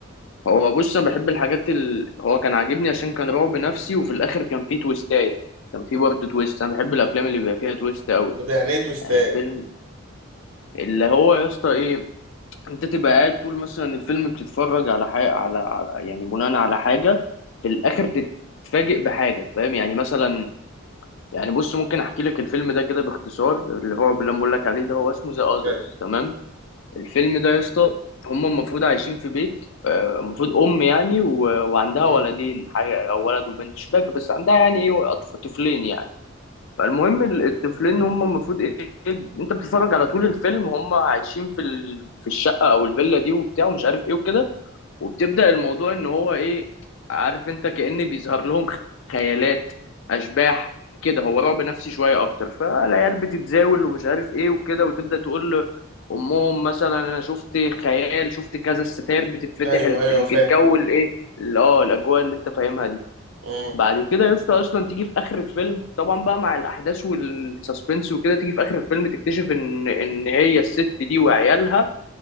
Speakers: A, on the left; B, on the right.
A: هو بص انا بحب الحاجات ال... هو كان عاجبني عشان كان رعب نفسي وفي الاخر كان فيه تويستاية كان فيه برضه تويست انا بحب الافلام اللي بيبقى فيها تويست قوي
B: طب يعني ايه تويستات
A: يعني الفيلم اللي هو يا اسطى ايه انت تبقى قاعد طول مثلا الفيلم بتتفرج على حاجه على... على يعني بناء على حاجه في الاخر تتفاجئ بحاجه فاهم يعني مثلا يعني بص ممكن احكي لك الفيلم ده كده باختصار الرعب اللي انا بقول لك عليه ده هو اسمه ذا اذرز
B: فاهم.
A: تمام الفيلم ده يا اسطى هم المفروض عايشين في بيت آه، المفروض ام يعني و- وعندها
B: مم.
A: ولدين حاجه او ولد وبنت مش فاكر بس عندها يعني ايه أطف- طفلين يعني فالمهم ال- الطفلين هم المفروض ايه إيه، انت بتتفرج على طول الفيلم هم عايشين في ال... في الشقه او الفيلا دي وبتاع ومش عارف ايه وكده وبتبدأ الموضوع ان هو ايه عارف انت كأن بيظهر لهم خيالات اشباح كده هو رعب نفسي شويه اكتر فالعيال بتتزاول ومش عارف ايه وكده وتبدأ تقول لامهم مثلا انا شفت خيال شفت كذا الستاير بتتفتح
B: ايوه
A: ال-
B: ايوه
A: ال-
B: فاهم
A: الجو الايه اه الاجواء اللي انت فاهمها دي
B: مم.
A: بعد كده يا اسطى اصلا تيجي في اخر الفيلم طبعا بقى مع الاحداث والسسبنس وكده تيجي في اخر الفيلم تكتشف ان ان هي الست دي وعيالها